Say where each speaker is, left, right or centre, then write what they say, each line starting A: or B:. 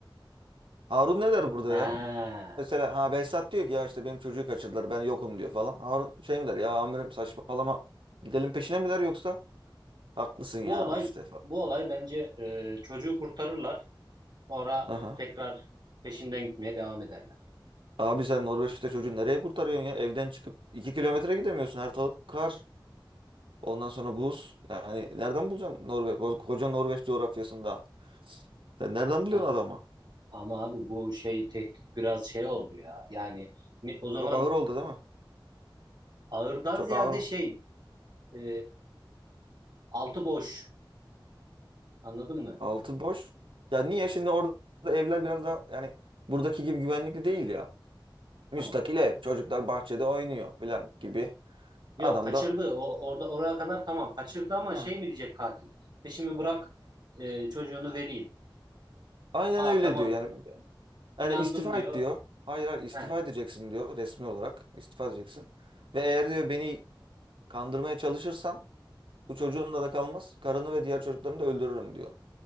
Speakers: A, on the right; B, on the right.
A: Harun ne der burada
B: He,
A: ya? Mesela ha Behzat diyor ki ya işte benim çocuğu kaçırdılar ben yokum diyor falan. Harun şey mi der ya amirim saçmalama gidelim peşine mi der yoksa? Haklısın ya
B: Bu olay
A: işte falan.
B: bu olay bence e, çocuğu kurtarırlar. Sonra
A: Aha.
B: tekrar peşinden gitmeye devam ederler.
A: Abi sen Norveç'te çocuğu nereye kurtarıyorsun ya? Evden çıkıp 2 kilometre gidemiyorsun. Her taraf kar. Ondan sonra buz. Yani nereden bulacaksın Norveç? Ko- Koca Norveç coğrafyasında. Sen nereden
B: Ama
A: buluyorsun adamı?
B: ama abi bu şey tehdit biraz şey oldu ya. Yani ne- o zaman
A: Çok ağır oldu değil mi?
B: ağırdan
A: Çok
B: ziyade
A: ağır.
B: şey e, altı boş. Anladın mı?
A: Altı boş. Ya niye şimdi orada evler biraz daha yani buradaki gibi güvenlikli değil ya. Müstakil
B: Tamam.
A: ev. Çocuklar bahçede oynuyor falan gibi.
B: Yok
A: Adam
B: kaçırdı.
A: da
B: O orada oraya kadar tamam. Kaçırdı ama
A: ha,
B: şey mi diyecek katil? Peşimi bırak e, çocuğunu vereyim.
A: aynen
B: Aa
A: öyle
B: tamam
A: diyor. Yani,
B: inandım
A: yani istifa
B: diyor.
A: et diyor. Hayır hayır istifa
B: He
A: edeceksin diyor resmi olarak. istifa edeceksin. Ve eğer diyor beni kandırmaya çalışırsan bu çocuğun da da kalmaz. Karını ve diğer çocuklarını da öldürürüm diyor.